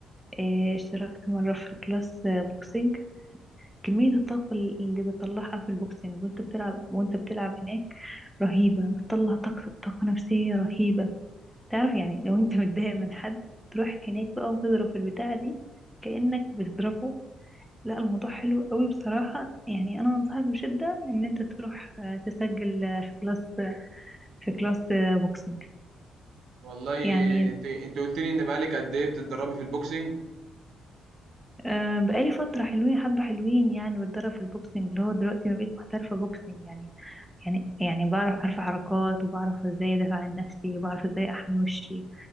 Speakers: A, in the centre; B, on the right (about 70°).
A: إيه اشتركت مره في كلاس بوكسينج كمية الطاقة اللي بتطلعها في البوكسينج وانت بتلعب وانت بتلعب هناك رهيبة بتطلع طاقة, طاقة نفسية رهيبة تعرف يعني لو انت متضايق من حد تروح هناك بقى وتضرب في البتاعة دي كأنك بتضربه لا الموضوع حلو قوي بصراحة يعني انا انصحك بشدة ان انت تروح آه، تسجل آه، في كلاس في كلاس آه، بوكسينج
B: والله
A: يعني
B: انت انت قلت لي ان بقالك قد ايه بتتدربي في البوكسنج
A: أه بقالي فترة حلوين حبة حلوين يعني بتدرب في البوكسنج اللي هو دلوقتي ما بقيت محترفة بوكسنج يعني يعني يعني بعرف عارفة حركات وبعرف ازاي ادافع عن نفسي وبعرف ازاي احمي وشي